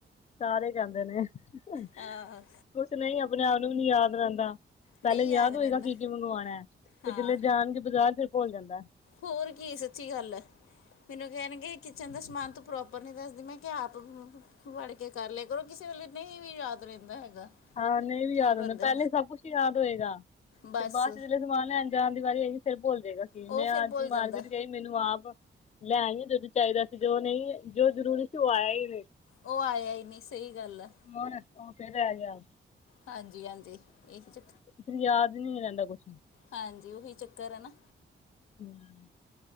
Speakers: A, on the left; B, on the left.
A: ਸਾਰੇ ਕਹਦੇ ਨੇ ਹਹਹਅ
B: ਹਾਂ
A: ਤੇ ਨ ਈ ਅਪਣੇ ਆਪ ਨੂੰ ਵੀ ਨੀ ਯਾਦ ਰੈਂਦਾ ਪੈਲੇ
B: ਨਹੀਂ
A: ਯਾਦ
B: ਰਹਿੰਦਾ
A: ਹੋਏਗਾ ਕੀ ਕੀ ਮੰਗਵਾਨਾ ਤੇ
B: ਹਾਂ
A: ਜੇ ਲਏ ਯਾਅ ਐੰਜ ਬਜਾਰ ਚ ਵੀ ਭੁਲ ਜਾਂਦੈ।
B: ਹੋਰ ਕੀ ਸੱਚੀ ਗੱਲ ਐ ਮੈਨੂੰ ਕੈਨਗੇ ਕਿਚਨ ਦਾ ਸਮਾਨ ਤੂੰ ਪ੍ਰੋਪਰ ਨੀ ਦੱਸਦੀ ਮੈਂ ਕਿਹਾ ਆਪ ਵੜ ਕੇ ਕਰ ਲੇਆ ਕਰੋ ਕਿਸੇ ਵੇਲੇ ਨ ਈ ਵੀ ਯਾਦ ਰਹਿੰਦਾ ਹੈਗਾ।
A: ਹਾਂ ਨਈ ਵੀ
B: ਕੀ
A: ਯਾਦ
B: ਬੰਦੇ
A: ਹੁੰਦਾ ਪੈਲੇ ਸਭ ਕੁਛ ਯਾਦ ਹੋਏਗਾ
B: ਬਸ
A: ਤੇ ਬਾਅਚ ਜਿਅਲੇ ਸਮਾਨ ਲੈਣ ਜਾਨ ਦੀ ਵਾਰੀ ਆਈਗੀ ਫੇਰ ਭੁੱਲ ਜੇਗਾ ਕਿ
B: ਉਹ
A: ਮੈਂ
B: ਫਿਰ
A: ਅੱਜ
B: ਭੁੱਲ
A: ਮਾਰਕੀਟ
B: ਜਾਂਦਾ
A: ਗਈ ਮੈਨੂੰ ਆਪ ਲੈ ਜੌ - ਜੋ ਚਾਈਦਾ। ਜੋ ਨ ਈ ਏ, ਜੋ ਜਰੂਰੀ ਸੀ ਔ ਆਯਾ ਈ ਨੀ
B: ਔ ਆਯਾ ਈ ਨਈ ਸ ਈ ਗੱਲੈ
A: ਹੁਣ, ਹੁਣ ਫੇ ਰੈਗਯਾ
B: ਹਾਂਜੀ- ਹਾਂਜੀ ਏਹ ਚ
A: ਅਹ ਯਾਦ ਨੀ ਰੈਂਦਾ ਕੁਛ ਵੀ
B: ਹਾਂਜੀ ਔਹੀ ਚੱਕਰ ਐ ਨਾ
A: ਹਮ-